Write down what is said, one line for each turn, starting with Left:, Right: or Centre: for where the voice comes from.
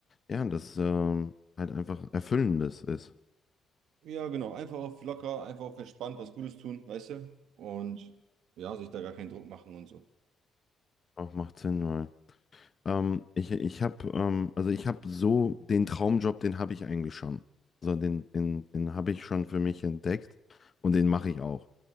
Left: ja, das ähm, halt einfach Erfüllendes ist.
Right: Ja, genau. Einfach auf locker, einfach auf entspannt was Gutes tun, weißt du? Und ja, sich da gar keinen Druck machen und so.
Left: Auch macht Sinn, weil. Ähm, ich ich habe ähm, also ich habe so den Traumjob, den habe ich eigentlich schon. Also den den den habe ich schon für mich entdeckt und den mache ich auch.